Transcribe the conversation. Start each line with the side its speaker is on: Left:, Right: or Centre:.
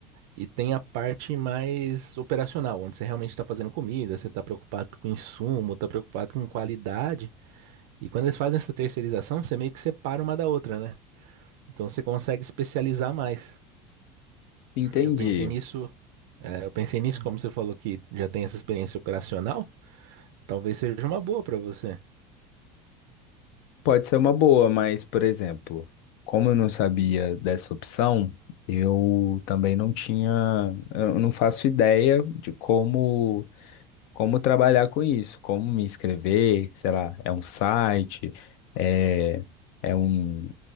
Right: E tem a parte mais operacional, onde você realmente está fazendo comida, você está preocupado com insumo, está preocupado com qualidade. E quando eles fazem essa terceirização, você meio que separa uma da outra, né? Então você consegue especializar mais.
Left: Entendi.
Right: Eu pensei nisso, é, eu pensei nisso, como você falou que já tem essa experiência operacional, talvez seja uma boa para você.
Left: Pode ser uma boa, mas, por exemplo, como eu não sabia dessa opção, eu também não tinha, eu não faço ideia de como como trabalhar com isso, como me inscrever, sei lá, é um site, é, é um,